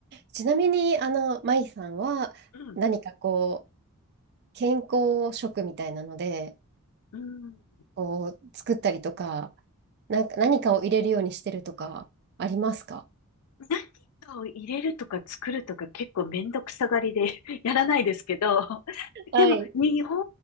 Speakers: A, on the right (about 45°); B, on the left (about 80°).
A: ちなみに、あの、マイさんは何かこう、
B: うん。
A: 健康食みたいなので、
B: うん。
A: こう、作ったりとか、なんか何かを入れるようにしてるとか、ありますか
B: 何かを入れるとか作るとか結構めんどくさがりで <laughs> やらないですけど、
A: はい。
B: でも日本